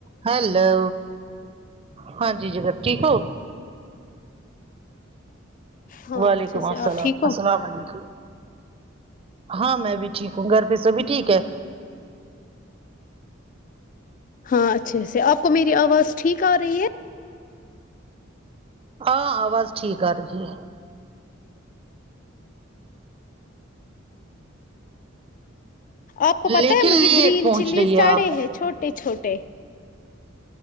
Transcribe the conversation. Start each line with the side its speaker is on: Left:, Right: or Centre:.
Right: hello ہاں جی جناب ٹھیک ہو
Left: ہاں
Right: وعلیکم
Left: اچھے سے
Right: السلام
Left: آپ ٹھیک ہو
Right: السلام علیکم ہاں میں بھی ٹھیک ہوں گھر پہ سب ہی ٹھیک ہے
Left: ہاں اچھے سے آپ کو میری آواز ٹھیک آ رہی ہے
Right: ہاں آواز ٹھیک آ رہی ہے
Left: آپ کو پتہ
Right: لیکن
Left: ہے مجھے
Right: لیٹ
Left: گرین
Right: پہنچ
Left: چلیز
Right: رہی ہے
Left: سڑے
Right: آپ
Left: ہیں چھوٹے چھوٹے